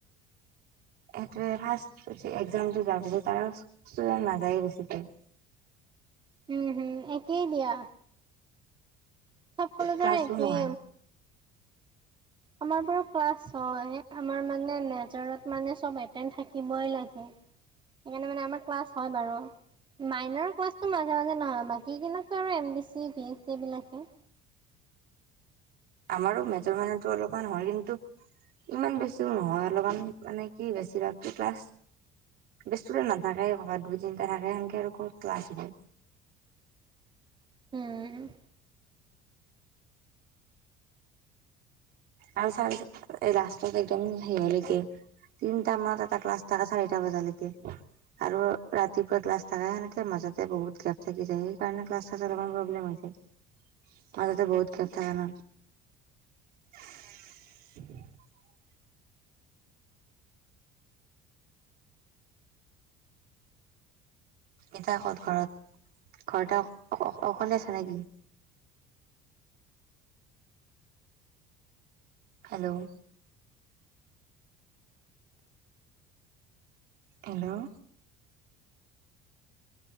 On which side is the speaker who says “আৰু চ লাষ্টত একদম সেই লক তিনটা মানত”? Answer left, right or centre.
Right